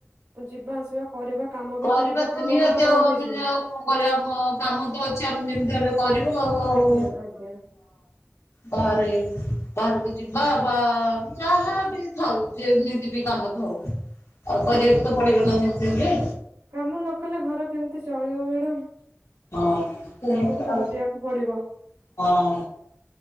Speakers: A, on the right (about 80°); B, on the left (about 65°).
A: ଯିବା ଆସିବା କରିବା କାମ
B: କରିବା
A: ଭି ତ ହବ କାମ
B: ନିହାତି
A: କଣ ବନ୍ଦ
B: ଆଉ ଆମେ
A: ହେଇଯିବ?
B: ଆଉ କଣ କରିବା ଆମ କାମ ତ ଅଛି ଆମେ ଯେମିତି ହେଲେ କରିବୁ ଆଉ ଆଉ।
A: ଆଜ୍ଞା ଆଜ୍ଞା
B: ବାହାରେ ବାହାରକୁ ଯି ବା ବା ଯାହା ବି ଥାଉ ଯେମିତି ବି କାମ ଥାଉ। ଆଉ କରିବାକୁ ତ ପଡ଼ିବନା ଯେମିତି ହେଲେ।
A: କାମ ନ କଲେ ଘର କେମିତି ଚଳିବ ମ୍ୟାଡାମ?
B: ହଁ ସେଇଆ
A: କାମକୁ ତ
B: ଆଉ।
A: ଦିିବା ପଡିବ।
B: ହଁ।